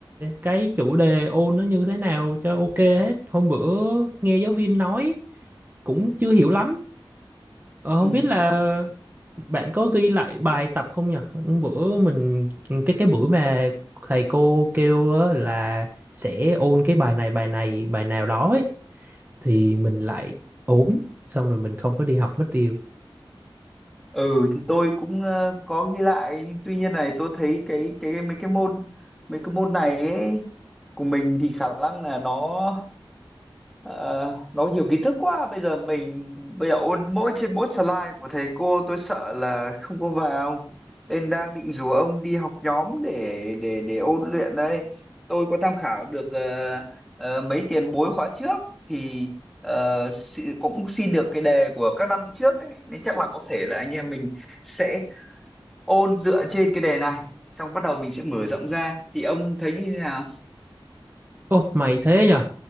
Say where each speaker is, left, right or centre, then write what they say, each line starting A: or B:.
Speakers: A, on the right; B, in the centre.
A: cái chủ đề ôn nó như thế nào cho ok hết. Hôm bữa nghe giáo viên nói cũng chưa hiểu lắm. Ờ, không
B: Ừ.
A: biết là bạn có ghi lại bài tập không nhỉ? Hôm bữa mình cái cái buổi mà thầy cô kêu á là sẽ ôn cái bài này bài này bài nào đó ấy, thì mình lại ốm xong rồi mình không có đi học mất tiêu.
B: Ừ thì tôi cũng ờ, có ghi lại nhưng tuy nhiên này tôi thấy cái cái mấy cái môn mấy cái môn này ấy, của mình thì khả năng là nó Ờ, nói nhiều kiến thức quá bây giờ mình bây giờ ôn mỗi trên mỗi slide của thầy cô tôi sợ là không có vào nên đang định rủ ông đi học nhóm để để để ôn luyện đây tôi có tham khảo được ờ, ờ, mấy tiền bối khóa trước thì ờ, xi- cũng xin được cái đề của các năm trước ấy nên chắc là có thể là anh em mình sẽ ôn dựa trên cái đề này xong bắt đầu mình sẽ mở rộng ra thì ông thấy như thế nào
A: Ô, mày thế nhờ?